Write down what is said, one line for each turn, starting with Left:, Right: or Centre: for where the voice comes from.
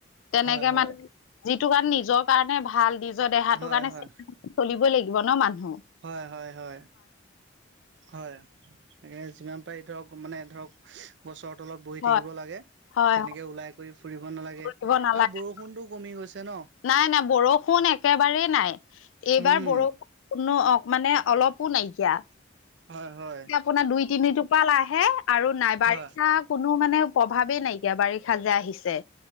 Left: তেনেকে
Right: হয় হয়
Left: মানে যিটো কাৰণ নিজৰ কাৰণে ভাল দি- নিজ দেহাটোৰ
Right: হয়
Left: কাৰণে
Right: হয়
Left: চ চলিব লাগিব ন মানুহ।
Right: হয় হয় হয়। হয়, যিমান পাৰি ধৰক মানে ধৰক গছৰ তলত বহি
Left: হয়
Right: থাকিব লাগে,
Left: হয়
Right: তেনেকে ওলাই ঘূৰি ফুৰিব নালাগে
Left: ফুৰিব নালাগে
Right: আৰু বৰষুণটো কমি গৈছে ন।
Left: নাই নাই বৰষুণ একেবাৰেই নাই। এইবাৰ
Right: উম
Left: বৰষুণ কোনো মানে অলপ- একো নাইকিয়া,
Right: হয় হয়
Left: আপোনাৰ দুই তিনি টোপাল আহে আৰু নাই বাৰিষা
Right: হয়
Left: কোনো মানে প্ৰভাৱেই নাইকিয়া বাৰিষা যে আহিছে।